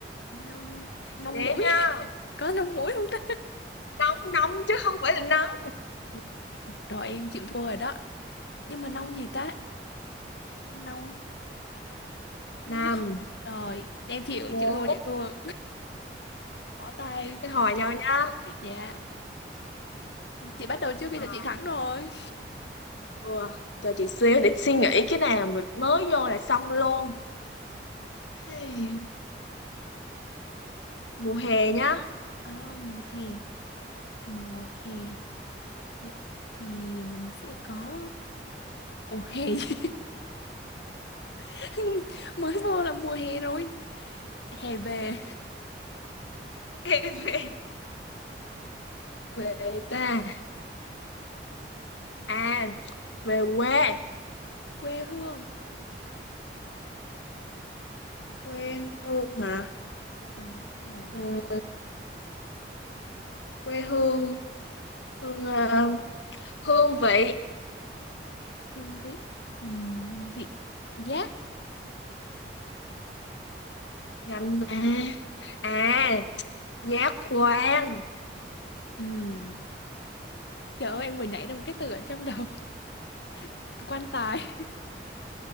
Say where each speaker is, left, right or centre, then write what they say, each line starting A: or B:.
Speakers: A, on the left (about 70°); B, on the left (about 85°).
A: nong nong
B: Để
A: mũi
B: nha.
A: <laughs> có nong mũi không ta
B: Nong nong chứ không phải là nắng.
A: Ừ, rồi em chịu thua rồi đó nhưng mà nong gì ta nong nó
B: Năm,
A: khó. rồi em chịu
B: bốn,
A: chịu thua
B: ok.
A: chịu thua <laughs> bỏ tay
B: Thế hỏi nhau nha.
A: dạ chị bắt đầu trước khi
B: Ờ,
A: chị thắng rồi
B: ừ. Cho chị xíu để suy nghĩ cái nào mình mới vô là xong luôn. Hey. mùa hè nhá <laughs>
A: Ờ, mùa hè mùa hè Vậy thì mình sẽ có Ủa hè chứ. <laughs> Mới vô là mùa hè rồi Hè về
B: em về về ta à về quê
A: quê hương
B: quê hương hả
A: Đúng rồi
B: ừ, quê hương hương ờ, hương vị
A: Hương vị Ừm, vị giác
B: nhanh mà à giác quan
A: Ừm. Trời ơi em vừa nhảy ra một cái từ ở trong đầu <laughs> Quan tài